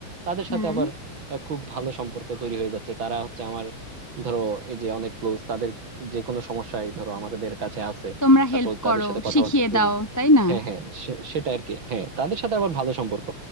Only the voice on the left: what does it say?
হ্যাঁ
তোমরা
হেল্প
করো
শিখিয়ে
দাও তাই না